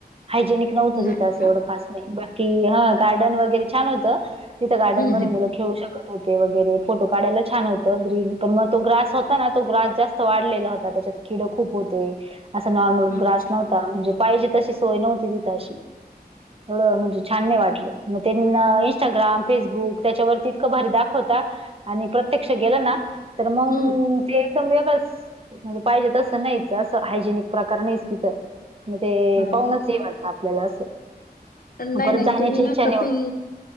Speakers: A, on the right; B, on the left.
A: हायजेनिक व्हत
B: नाही
A: तिथ
B: का
A: खास नाही बाकी हा गार्डन वगैरे छान होतं तिथं गार्डन
B: हम्म
A: म
B: हम्म
A: मुला खेळू शकत होते वगैरे फोटो काढायला छान होत ग्रीन पण मग तो ग्रास होता ना तो ग्रास जास्त वाढलेला होता त्याच्यात किड खूप होते असा नॉर्मल
B: अच्छा
A: ग्रास नव्हता म्हणजे पाजे तशी सोय नव्हती तिथ अशी एवढं म्हणजे छान नाही वाटलं मग त्यांना इस्टाग्राम फेसबुक त्याच्यावरती इतकं भारी दाखवता आणि प्रत्यक्ष गेलं ना. तर मग
B: हम्म
A: ते एकदम वेगळंच म्हणजे पाहिजे तसं नाही. ं हायजेनिक प्रकार नाही तिथं म ते
B: ह
A: पाहुणच हे वाटत आपल्याला असं
B: नाही
A: परत
B: नाही
A: जाण्याची
B: तुम्ही ना
A: इच्छा
B: कपिल
A: नाही होत